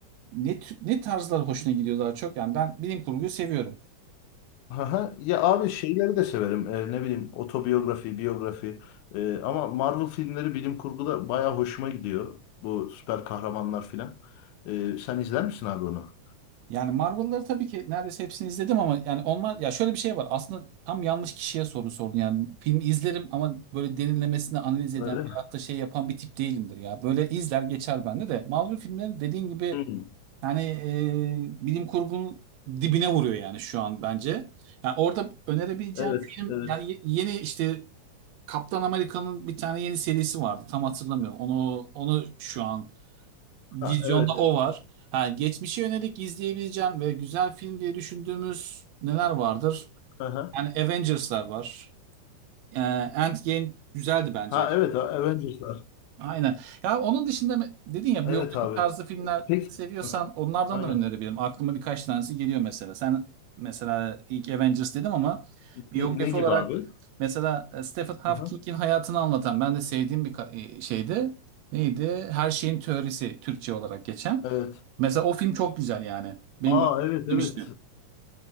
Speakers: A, on the right; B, on the left.
A: ne tü- ne tarzlar hoşuna gidiyor daha çok? Yani ben bilim kurguyu seviyorum.
B: Aha, Ya abi şeyleri de severim. Ee, ne bileyim otobiyografi, biyografi. Ee, ama Marvel filmleri bilim kurguda baya hoşuma gidiyor. Bu süper kahramanlar filan. Ee, sen izler misin abi onu?
A: Yani Marvel'ları tabii ki neredeyse hepsini izledim ama yani onlar ya şöyle bir şey var. Aslında tam yanlış kişiye soru sordun. Yani film izlerim ama böyle derinlemesine analiz
B: Öyle
A: eden
B: mi?
A: veyahut da şey yapan bir tip değilimdir ya. Böyle izler geçer bende de. Marvel filmleri dediğin gibi
B: Hmm,
A: Yani e, bilim kurgunun dibine vuruyor yani şu an bence. Yani orada önerebileceğim
B: Evet,
A: film
B: evet.
A: yani ye- yeni işte Kaptan Amerika'nın bir tane yeni serisi vardı. Tam hatırlamıyorum. Onu onu şu an vizyonda
B: Ha, evet.
A: o var. Ha, geçmişe yönelik izleyebileceğin ve güzel film diye düşündüğümüz neler vardır?
B: Aha.
A: Yani Avengers'lar var. E, Endgame güzeldi bence.
B: Ha evet, Avengers'lar.
A: Aynen. Ya onun dışında mı- dedin ya
B: Evet
A: biyografik
B: abi.
A: tarzı filmler
B: Peki.
A: seviyorsan
B: Ah,
A: onlardan
B: Aynen.
A: da önerebilirim. Aklıma birkaç tanesi geliyor mesela. Sen mesela ilk Avengers dedim ama biyografi
B: Ne, ne gibi
A: olarak
B: abi?
A: mesela e, Stephen Hawking'in
B: Aha.
A: hayatını anlatan ben de sevdiğim bir ka- e, şeydi. Neydi? Her şeyin teorisi Türkçe olarak geçen.
B: Evet.
A: Mesela o film çok güzel yani. Benim
B: Aa
A: bu-
B: evet
A: <laughs>
B: evet.
A: demişti.